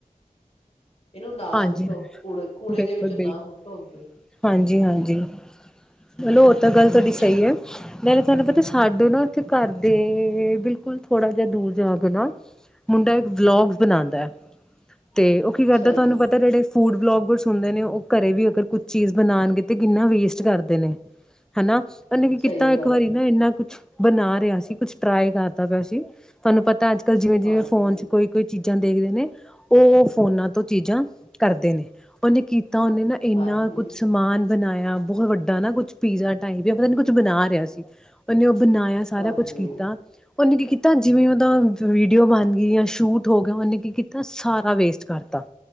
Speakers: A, on the left (about 45°); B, in the centre.
A: <unintelligible> ਇਹਨੂੰ ਨਾ
B: ਹਾਂਜੀ
A: ਸੁੱਟੋ, ਕੂੜੇ ਕੂੜੇ
B: ਬਿਲਕੁਲ
A: ਦੇ ਵਿੱਚ
B: ਬਿਲਕੁਲ
A: ਨਾ ਸੁੱਟੋ ਅੱਗੇ।
B: ਹਾਂਜੀ ਹਾਂਜੀ, ਮਲੋ
A: ਹਮ
B: ਓ ਤਾਂ ਗੱਲ ਤੁਹਾਡੀ ਸਹੀ ਹੈ। ਮ ਤੁਹਾਨੂੰ ਪਤਾ ਸਾਡੇ ਨਾ ਓਥੇ ਘਰ ਦੇ, ਬਿਲਕੁਲ ਥੋੜਾ ਜਿਹਾ ਦੂਰ ਜਾ ਕੇ ਨਾ, ਮੁੰਡਾ ਇੱਕ ਵਲੋਗ ਬਣਾਉਂਦੈ ਤੇ ਉਹ ਕੀ
A: ਅੱਛਾ
B: ਕਰਦਾ
A: ਜੀ
B: ਤੁਹਾਨੂੰ ਪਤਾ ਜਹੜੇ ਫੂਡ ਬਲੋਗਸ ਹੁੰਦੇ ਨੇ ਉਹ <inaudible> ਕਰੇ ਵੀ ਅਗਰ ਕੁਛ ਚੀਜ਼ <inaudible> ਬਣਾਉਣਗੇ ਤੇ, ਕਿੰਨਾ ਵੇਸਟ ਕਰਦੇ ਨੇ ਹਨਾ। ਉਹਨੇ ਕੀ ਕੀਤਾ,
A: ਸਹੀ
B: ਇੱਕ
A: ਗੱਲ
B: ਵਾਰੀ
A: ਹੈ
B: ਨਾ ਇੰਨਾ ਕੁਛ ਬਣਾ ਰਿਹਾ ਸੀ ਕੁਛ, ਟਰਾਈ ਕਰਦਾ ਪਿਆ ਸੀ, ਤੁਹਾਨੂੰ ਪਤਾ ਅੱਜ ਜਿਵੇਂ -ਜਿਵੇਂ
A: ਹਾਂਜੀ
B: ਫੋਨ ਚ, ਕੋਈ ਕੋਈ ਚੀਜ਼ਾਂ ਦੇਖਦੇ ਨੇ, ਉਹ ਫੋਨਾਂ ਤੋਂ ਚੀਜ਼ਾਂ, ਕਰਦੇ ਨੇ, ਉਹਨੇ ਕੀ ਤਾਂ ਉਹਨੇ ਨਾ, ਇੰਨਾ
A: ਹਾਂਜੀ
B: ਕੁਛ ਸਮਾਨ ਬਨਾਇਆ। ਬਹੁਤ ਵੱਡਾ ਨਾ ਕੁੱਛ, ਪੀਜ਼ਾ ਟਾਈਪ ਪਤਾ ਨੀ ਕੁਝ ਬਣਾ ਰਿਹਾ ਸੀ, ਉਹਨੇ ਬਣਾਇਆ ਸਾਰਾ
A: ਹਾਂਜੀ
B: ਕੁਛ ਕੀਤਾ ਉਹਨੇ ਕੀ ਕੀਤਾ ਜਿਵੇਂ ਉਹਦਾ ਵੀਡੀਓ ਬਣ ਗਈ ਜਾਂ ਸ਼ੂਟ ਹੋ ਗਿਆ ਉਹਨੇ ਕੀ ਕੀਤਾ ਸਾਰਾ ਵੇਸਟ ਕਰਤਾ